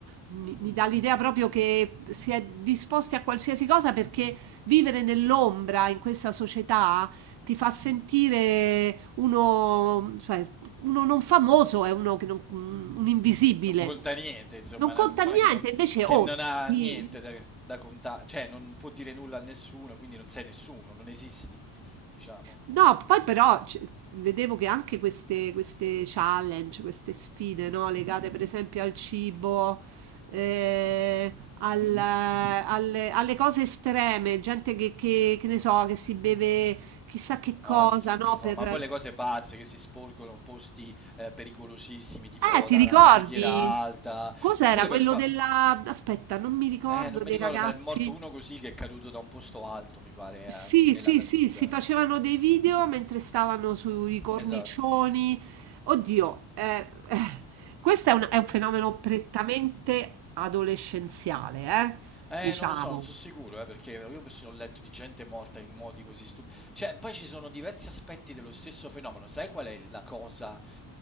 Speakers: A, on the right (about 60°); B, in the centre.
A: mi,
B: Mm,
A: mi dà
B: mm.
A: l'idea proprio che si è disposti a qualsiasi cosa perché vivere nell'ombra in questa società ti fa sentire uno, cioè, uno non famoso, è uno che non- un invisibile.
B: Non conta niente, insomma,
A: Non conta
B: è una persona
A: niente,
B: che non,
A: invece,
B: che
A: oh,
B: non ha
A: ti,
B: niente da, da contare, cioè non può dire nulla a nessuno, quindi non sei nessuno, non esisti, diciamo.
A: No, poi però c- vedevo che anche queste, queste challenge, queste sfide, no, legate per esempio al cibo, eh, al-
B: Mhm.
A: alle, alle cose estreme, gente che, che- che ne so, che si beve chissà che cosa,
B: Ah, di tutto
A: no,
B: fa,
A: per...
B: ma poi le cose pazze che si sporgono in posti eh, pericolosissimi, tipo
A: Eh, ti
B: da
A: ricordi?
B: una scogliera alta,
A: Cos'era
B: oppure per
A: quello
B: fa...
A: della... Aspetta, non mi ricordo
B: Eh, non mi
A: dei
B: ricordo,
A: ragazzi.
B: ma è morto uno così che è caduto da un posto alto, mi pare,
A: Sì,
B: eh, nella
A: sì,
B: natura.
A: sì, si facevano dei video mentre stavano sui cornicioni.
B: Esatto.
A: Oddio, eh, eh, questo è un, è un fenomeno prettamente adolescenziale, eh,
B: Eh,
A: diciamo.
B: non lo so, non sono sicuro, eh, perché io ho ho letto di gente morta in modi così stupidi. Cioè, poi ci sono diversi aspetti dello stesso fenomeno. Sai qual è la cosa?